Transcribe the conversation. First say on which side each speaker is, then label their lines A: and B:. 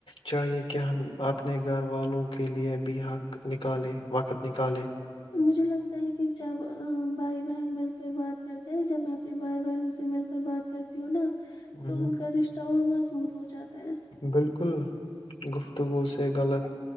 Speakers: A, on the left; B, on the left.
A: چاہیے کہ ہم اپنے گھر والوں کے لیے بھی حق نکالے وقت نکالے
B: مجھے لگتا ہے کہ جب بھائی بہن مل کر بات کرتے ہیں ن جب میں اپنے بھائی بہن سے مل کر بات کرتی ہوں نا
A: ہم،
B: تو ان کا رشتہ وہ محود ہو جاتا ہیں
A: بالکل گفتگو سے غلط